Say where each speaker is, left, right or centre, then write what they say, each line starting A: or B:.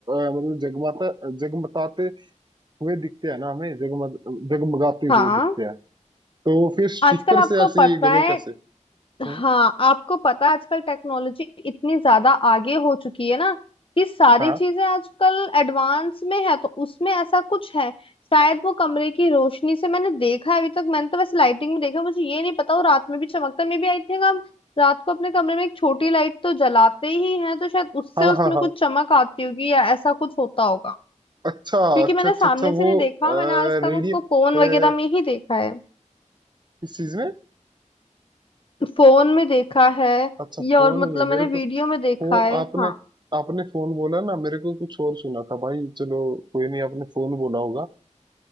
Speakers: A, on the right; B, on the left.
A: अ, मतलब जगमाता जगमगाते हुए दिखते हैं ना हमें जगमग जगमगाते
B: हाँ
A: हुए दिखते हैं तो फिर स्टिकर
B: आजकल आपको
A: से ऐसी
B: पता
A: ग्लो
B: है
A: कैसे हम्म,
B: हाँ आपको पता है आजकल टेक्नोलॉजी इतनी ज्यादा आगे हो चुकी है ना कि सारी
A: हाँ
B: चीजें आजकल एडवांस में है तो उसमें ऐसा कुछ है शायद वो कमरे की रोशनी से मैंने देखा है अभी तक मैंने तो वैसे लाइटिंग में देखा मुझे ये नहीं पता वो रात में भी चमकता मे भी आई थिंक हम रात को अपने कमरे में एक छोटी लाइट तो जलाते ही हैं तो शायद उससे
A: हाँ
B: उसमें
A: हाँ हाँ
B: कुछ चमक आती होगी या ऐसा कुछ होता होगा
A: अच्छा
B: क्योंकि
A: अच्छा
B: मैंने
A: अच्छा
B: सामने
A: अच्छा
B: से
A: वो
B: नहीं देखा मैंने आज तक
A: रेडियो
B: उसको
A: किस
B: फोन वगैरह में ही देखा है
A: चीज में
B: फोन में देखा है
A: अच्छा फोन
B: या और मतलब
A: में
B: मैंने
A: मेरे
B: वीडियो
A: को
B: में देखा
A: और
B: है
A: आपने
B: हाँ
A: आपने फोन बोला ना मेरे को कुछ और सुना था भाई चलो कोई नहीं आपने फोन बोला होगा अ,